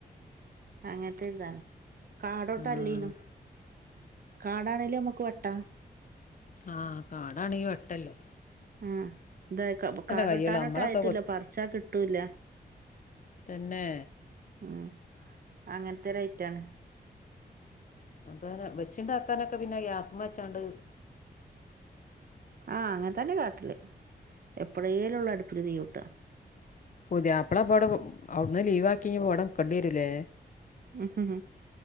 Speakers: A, on the right; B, on the left.
A: അങ്ങൻത്തെ ഇതാണ് കാടോട്ട്
B: ആഹ്
A: അല്ലേയ്ന്നും കാടാ അയ്ല് ഞമക്ക് വെട്ട
B: ആഹ് കാടാണെങ്കി വെട്ടല്ലൊ
A: ആഹ് ഇത് കാട്
B: കയ്യുള്ളൂ
A: വെട്ടാനേറ്റെ
B: നമ്മളൊക്കെ
A: ആയിറ്റുല്ല പറിച്ച കിട്ടൂല്ല.
B: തെന്നെ
A: ഉം അങ്ങനത്തെ ഒരയിറ്റാണ്.
B: വേറെ വെച്ച് ഇണ്ടാക്കാനൊക്കെ പിന്നെ ഗ്യാസ്സ്മ്മേച്ചാണ്ട്
A: ആഹ് അങ്ങൻ തന്നെ കാട്ടല് എപ്പളേലൊള്ളു അടുപ്പില് തീയൂട്ട.
B: പുതിയാപ്ല ഇപ്പൊ ഔടെ അവുട്ന്ന് ലീവ് ആക്കി ഇനി ഇവടെ നിക്കെണ്ട്യേരുലേ?
A: ഉ ഉം